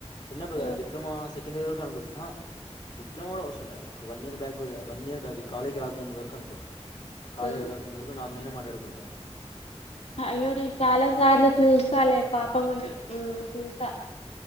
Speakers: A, on the left; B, on the left.
A: చిన్నప్పుడుగా
B: ఆ
A: డిప్లొమా సెక్ సెడ్ ఇయర్ వరకు అనుకో డిప్లలోమా కూడా అవసరం లే ఒక వన్ ఇయర్ బ్యాక్ కూడా వన్ ఇయర్ బ్యాక్ ఈ కాలేజ్కి రాక ముందు వరకు అనుకో కాాలేజ్
B: ఆ
A: రాకు ముందు వరకు నాకు నేనా మా పడుకుంటా
B: అయ్యో నే చాలా సార్లు చూస్తాలి పాపముని ఉ చూసా